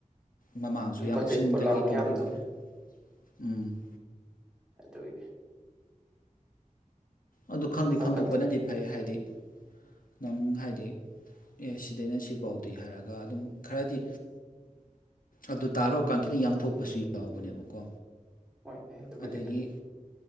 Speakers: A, on the left; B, in the centre.
A: ꯃꯃꯥꯡꯁꯨ ꯌꯥꯝ
B: ꯄꯣꯠ ꯆꯩ
A: ꯎꯁꯤꯟ
B: ꯄꯣꯠꯂꯥꯡ
A: ꯀꯩꯀꯩ
B: ꯃꯌꯥꯝꯗꯣ
A: ꯇꯧꯒꯤꯈꯤꯕꯅꯤ꯫ ꯎꯝ꯫
B: ꯑꯗꯨꯒꯤ꯫
A: ꯑꯗꯨ ꯈꯪꯗꯤ
B: ꯐ
A: ꯈꯪꯗꯣꯛꯄꯅꯗꯤ
B: ꯐꯠꯇꯕꯅꯦ
A: ꯐꯩ ꯍꯥꯏꯗꯤ ꯅꯪ ꯍꯥꯏꯗꯤ꯫ ꯍꯥꯏꯗꯤ ꯑꯦ ꯁꯤꯗꯩꯅ ꯁꯤꯐꯥꯎꯗꯤ ꯍꯥꯏꯔꯒ ꯑꯗꯨꯝ ꯈꯔꯗꯤ ꯑꯗꯨ ꯇꯥꯔꯣꯑꯀꯥꯟ ꯈꯤꯇꯪ ꯌꯥꯡꯊꯣꯛꯄꯁꯨ ꯌꯥꯎꯕꯅꯦꯕꯀꯣ
B: ꯍꯣꯏꯅꯦ ꯑꯗꯨꯕꯨ
A: ꯑꯗꯒꯤ
B: ꯍꯧꯖꯤꯛ